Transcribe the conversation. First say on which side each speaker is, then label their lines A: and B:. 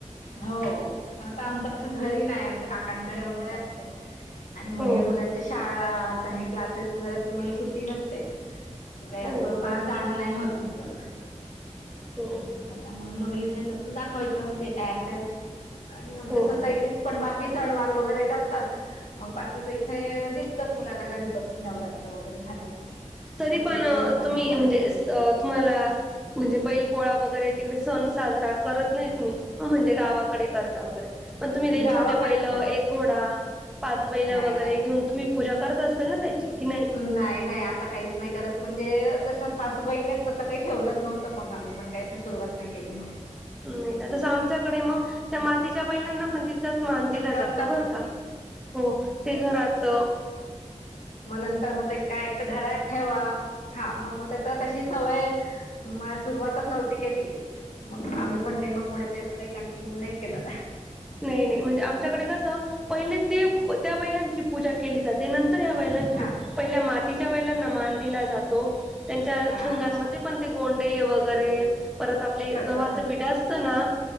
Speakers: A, on the left (about 85°); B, in the centre.
A: हो, पण आता आमच कसं घरी नाही आमच काकांकडे वगैरे असते. आणि म
B: हो हो
A: हे मुलांच्या शाळा आता हे क्लासेस वगैरे असल्यामुळे सुट्टी नसते. काय
B: हो
A: असं
B: हो
A: फार जाणं नाही होत आमचं.
B: हम्म.
A: त्याच्यामुळे मग इथेच आपल दाखवायचं जे काय असेल, आणि आमच्या
B: हो
A: सोसायटीत
B: हो
A: पण बाकी सणवार वगैरे करतात. मग बाकीच इथे दिसतात मुलांना गणपती, नवरात्र वगैरे झालं की.
B: तरी
A: मग
B: पण
A: इथे मुलांना
B: तुम्ही
A: कळत
B: म्हणजे अस तुम्हाला, म्हणजे बैल पोळा वगैरे तिकडे सण साजरा करत नाहीत मी, म्हणजे गावाकडे करता वगैरे, पण तुम्ही ते
A: गावाकडेच
B: छोटे बैल
A: ना
B: एक घोडा पाच बैल
A: नाही
B: वगैरे
A: नाही
B: घेऊन तुम्ही पूजा करत असताल ना त्याची की नाही?
A: नाही नाही आत्ता काहीच नाही करत म्हणजे कसं सासूबाईंनेच तसं काही ठेवलंच नव्हतं मग आम्ही पण काय अस सुरुवात नाही केली म.
B: नाही तसं आमच्याकडे म, त्या मातीच्या बैलांना पण तितकाच मान दिला
A: करतात
B: जातो बरं
A: ना
B: का. हो, ते घरात
A: म नंतर म ते काय एक तर घरात ठेवा. हा म म त-तशी सवय, म सुरुवातच नव्हती केली. मग आम्ही पण काय म पुढे ते असं काही कंटिन्यू नाही केलं.
B: नाही नाही म्हणजे आमच्याकडे कसं पहिले ते त्या बैलांची पूजा केली जाते नंतर ह्या बैलां ची,
A: हा
B: पहिले मातीच्या बैलांना मान दिला जातो, त्यांच्या
A: हा
B: शिंगांमध्ये
A: अच्छा
B: पण ते गोंडे वगैरे, परत आपले
A: सगळं
B: गव्हाच पिठ असतं ना,